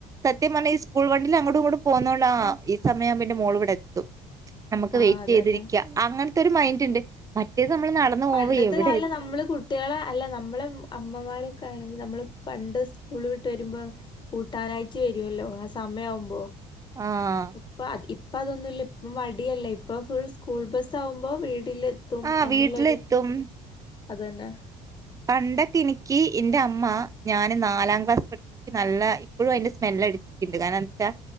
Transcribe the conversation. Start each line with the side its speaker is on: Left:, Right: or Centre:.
Right: സത്യം പറഞ്ഞാൽ ഈ സ്കൂൾ വണ്ടിയിൽ അങ്ങോട്ടും ഇങ്ങോട്ടും പോകുന്നോണ്ടാ ആ ഈ സമയംന്റെ മോൾ ഇവിടെ എത്തും നമുക്ക്
Left: ആഹ്
Right: വെയിറ്റ്
Left: അതന്നെ
Right: ചെയ്തിരിക്ക അങ്ങനത്തെ ഒരു മൈൻറ് ഉണ്ട് മറ്റേത് നമ്മള് നടന്നു പോവ
Left: പണ്ടത്തെ
Right: എവിടെ
Left: കാലം നമ്മള് കുട്ടികളെ അല്ല നമ്മളെ അമ്മമാരൊക്കെ ആണെങ്കിൽ നമ്മള് പണ്ട് സ്കൂള് വിട്ട് വരുമ്പോൾ കൂട്ടാനായിട്ട് വരുമല്ലോ ആ സമയം ആവുമ്പോ
Right: ആഹ്
Left: ഇപ്പ ഇപ്പ അതൊന്നുമില്ല ഇപ്പ മടിയല്ലെ ഇപ്പൊ ഫുൾ സ്കൂൾ ബസ് ആവുമ്പോ വീട്ടില് തും
Right: ആഹ്
Left: എന്നുള്ള
Right: വീട്ടിലെത്തും
Left: അതന്നെ
Right: പണ്ടൊക്കെ എനിക്ക് ഇന്റെ അമ്മ ഞാന് നാലാം ക്ലാസ് പഠിക്ക എനിക്ക് നല്ല ഇപ്പോഴും അതിന്റെ സ്മെല് എടുിച്ചിട്ടുണ്ട് കാരണം എന്താ വെച്ചാ